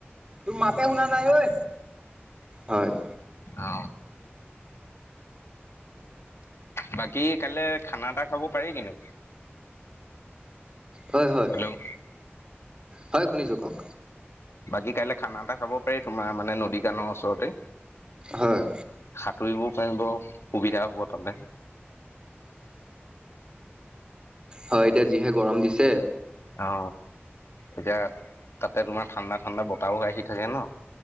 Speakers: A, on the right; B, on the left.
A: তোৰ মাতে শুনা নাই ঐ, হয়।
B: অ বাকী কাইলৈ খানা এটা খাব পাৰি কিনো।
A: হয় হয়,
B: হেল্ল'
A: হয় শুনিছোঁ কওক।
B: বাকী কাইলৈ খানা এটা খাব পাৰি তোমাৰ মানে নদী কানৰ ওচৰতে।
A: হয়
B: সাঁতুৰিব- তই ব সুবিধা হ'ব তালে।
A: হয় এতিয়া যিহে গৰম দিছে।
B: অ এতিয়া তাতে তোমাৰ ঠাণ্ডা ঠাণ্ডা বতাহও আহি থাকে ন।